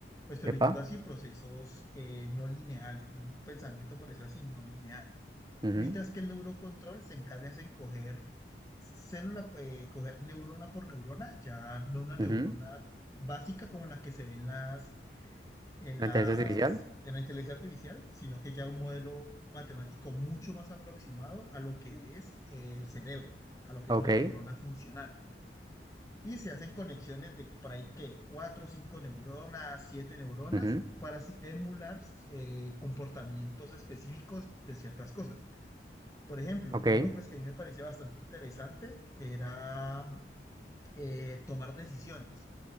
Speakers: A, on the left; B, on the right.
A: pues permitiendo
B: epa,
A: así procesos eh, no lineales, un pensamiento por decirlo así no lineal.
B: ujú,
A: Mientras que el neurocontrol se encarga es en coger célula, eh, coger neurona por neurona, ya no una neurona
B: ujú,
A: básica como la que se ve en las en
B: La
A: las,
B: inteligencia artificial,
A: en la inteligencia artificial, sino que ya un modelo matemático mucho más aproximado a lo que es eh, el cerebro, a lo que
B: ok,
A: es una neurona funcional. Y se hacen conexiones de por ahí que cuatro, cinco neuronas, siete neuronas,
B: ujú,
A: para así emular eh, comportamientos específicos de ciertas cosas. Por ejemplo,
B: ok,
A: uno pues, que a mí me parecía bastante interesante era eh, tomar decisiones.